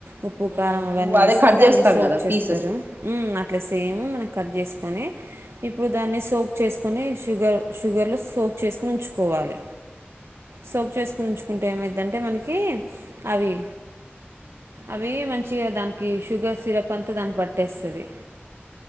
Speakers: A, on the right; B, on the right.
A: ఉప్పు
B: ఉమ్,
A: కారం అవన్నీ
B: అదే
A: వేసి
B: కట్
A: దాన్ని
B: చేస్తాం
A: సోక్
B: కదా
A: చేస్తారు
B: పీసెస్
A: మ్మ్ అట్లా సేమ్ మనం కట్ చేసు ని ఇప్పుడు దాన్ని సోక్ చేసుకొని షుగర్ షుగర్లో సోక్ చేసుకుని ఉంచుకోవాలి సోక్ చేసుకుని ఉంచుకుంటే ఏమైతుంటే మనకి అవి అవి మంచిగా దానికి షుగర్ సిరప్ అంతా దానికి పట్టేస్తుంది